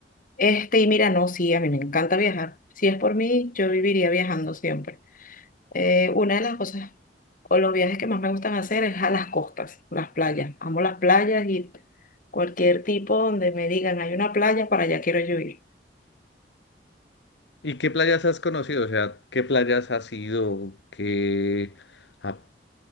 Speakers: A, on the left; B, on the left.
A: Este, y mira, no, sí, a mí me encanta viajar. Si es por mí, yo viviría viajando siempre. Eh, una de las cosas o los viajes que más me gustan hacer es a las costas, las playas. Amo las playas y cualquier tipo donde me digan hay una playa, para allá quiero yo ir.
B: ¿Y qué playas has conocido? O sea, ¿qué playas has ido? ¿Qué, a-